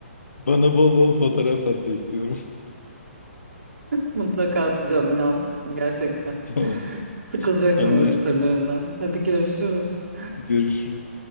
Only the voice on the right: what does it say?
Mutlaka atacağım inan. Gerçekten.
<laughs> Sıkılacaksın
benim storylerimden. Hadi görüşürüz.